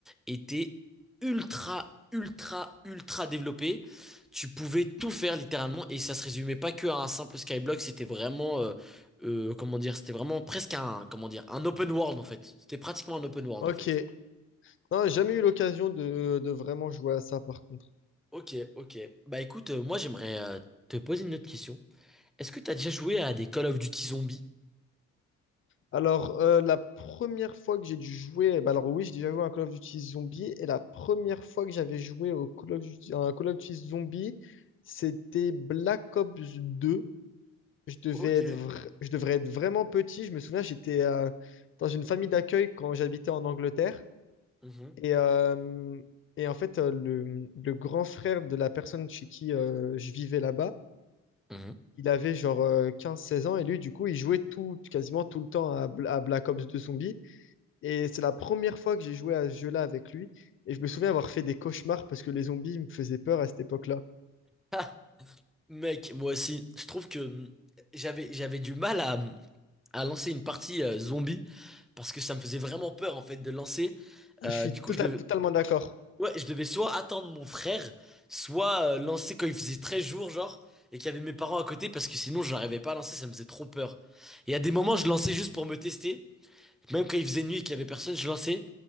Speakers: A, in the centre; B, on the left.
A: était ultra, ultra, ultra développé. Tu pouvais tout faire littéralement, et ça se résumait pas que à un simple Skyblock. C'était vraiment, euh, euh, comment dire, c'était vraiment presque un, comment dire, un open world en fait. C'était pratiquement un open world
B: Ok.
A: en fait.
B: Non, j'ai jamais eu l'occasion de, de vraiment jouer à ça par contre.
A: Ok, ok. Bah écoute, euh, moi j'aimerais euh, te poser une autre question. Est-ce que t'as déjà joué à des Call of Duty zombies?
B: Alors, euh, la première fois que j'ai dû jouer, bah alors oui, j'ai déjà joué à un Call of Duty Zombie, et la première fois que j'avais joué au Call of Duty, à un Call of Duty Zombie, c'était Black Ops 2. Je devais
A: Ok.
B: être vra- je devrais être vraiment petit. Je me souviens, j'étais euh, dans une famille d'accueil quand j'habitais en Angleterre.
A: Mhm.
B: Et, euh, et en fait, euh, le, le grand frère de la personne chez qui euh, je vivais là-bas,
A: Mhm.
B: il avait genre euh, 15-16 ans. Et lui, du coup, il jouait tout, quasiment tout le temps à, Bl- à Black Ops 2 Zombies. Et c'est la première fois que j'ai joué à ce jeu-là avec lui. Et je me souviens avoir fait des cauchemars parce que les zombies me faisaient peur à cette époque-là.
A: Ah, mec, moi aussi, je trouve que hum, j'avais j'avais du mal à, hum, à lancer une partie euh, zombie parce que ça me faisait vraiment peur en fait de lancer.
B: Ah,
A: Euh,
B: Je suis
A: du
B: total-
A: coup, je devais,
B: totalement d'accord.
A: ouais, je devais soit attendre mon frère, soit euh, lancer quand il faisait 13 jours, genre, et qu'il y avait mes parents à côté parce que sinon, j'arrivais pas à lancer, ça me faisait trop peur. Et à des moments, je lançais juste pour me tester. Même quand il faisait nuit et qu'il y avait personne, je lançais